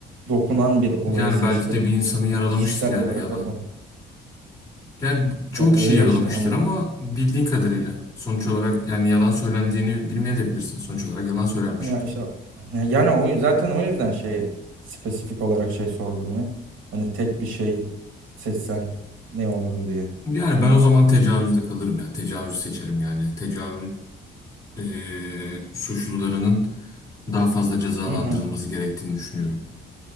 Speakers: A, on the right (about 80°); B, on the left (about 15°).
A: dokunan bir olayı
B: Yani
A: seçtim.
B: belki de bir insanı yaralamıştır
A: Ya kişisel
B: yani
A: olarak
B: yalan.
A: bakmadım.
B: Yani
A: Ya
B: çoğu kişi
A: öyle
B: yaralamıştır
A: işte hani
B: ama bildiğin kadarıyla sonuç olarak yani yalan söylendiğini bilmeyebilirsin. Sonuç olarak yalan söylenmiş.
A: Ya işte yani o zaten o yüzden şey spesifik olarak şey sordum ya. Hani tek bir şey seçsen ne olurdu diye.
B: Yani ben o zaman tecavüzde kalırım ya. Tecavüzü seçerim yani. Tecavüz eee, suçlularının daha fazla cezalandırılması
A: Hı hı.
B: gerektiğini düşünüyorum.